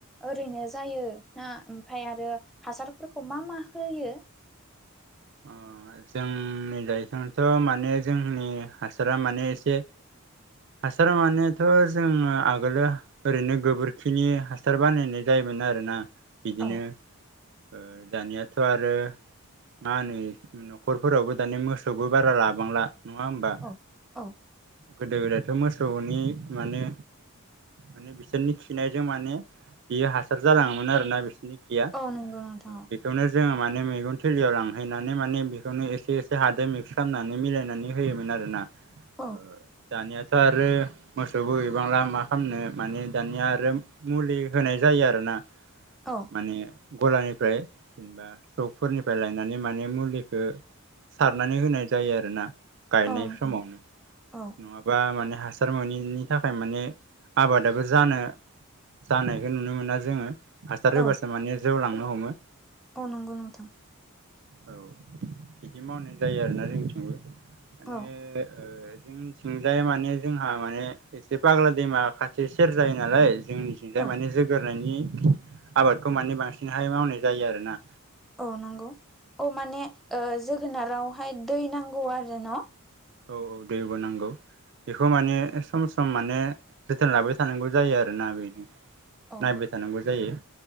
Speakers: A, in the centre; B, on the right.
A: ओरैनो जायो ना ओमफ्राय आरो हासारफोरखौ मा मा होयो?
B: अ जोंनि जायोथिथ' माने जोंनि हासारा माने एसे हासार मानेथ' जोङो आगोलो ओरैनो गोबोरखिनि हासार बानायनाय जायोमोन आरोना। बिदिनो
A: औ
B: ओ दानियाथ' आरो मा होनो न'खरफोरावबो दानि मोसौबो बारा लाबांला नङा होमबा।
A: औ औ
B: गोदो गोदायथ' मोसौनि माने बिसोरनि खिनायजों माने बियो हासार जालाङोमोन आरो ना बिसोरनि खिया
A: औ नंगौ नोंथां
B: बेखौनो जोङो माने मैगं थिलियाव लां हैनानै माने बेखौनो एसे एसे हादो मिक्स खालामनानै मिलायनानै होयोमोन आरोना।
A: औ
B: ओ दानियाथ' आरो मोसौबो गैबांला खामनो माने दानिया आरो मुलि होनाय जायो आरोना।
A: औ
B: माने गलानिफ्राय जेनबा सकफोरनिफ्राय लाय नानै माने मुलिखौ सारनानै होनाय जायो आरोना गायनाय
A: औ नोंथां
B: समाव।
A: औ।
B: नङाबा माने हासार मोनैनि थाखाय माने आबादाबो जानो जानायखौ नुनो मोना जोङो हासार होबासो
A: औ
B: माने जौ लांनो हमो।
A: नांगौ नोंथां।
B: औ बिदि मावनाय जायो आरोना जोंनिथिंबो माने
A: औ
B: जोंथिंजाय जोंहा माने बाग्ला दैमा खाथि सेर जायो नालाय जोंनिथिंजाय
A: औ
B: माने जोगोरनायनि आबादखौ माने बांसिनहाय मावनाय जायो आरोना।
A: औ नंगौ औ माने ओ जोगोनारावहाय दै नांगौ आरो ना।
B: औ औ दैबो नांगौ बेखौ माने सम सम माने जोथोन लाबाय थानांगौ जायो आरोना बे नायबाय
A: औ
B: थानांगौ जायो।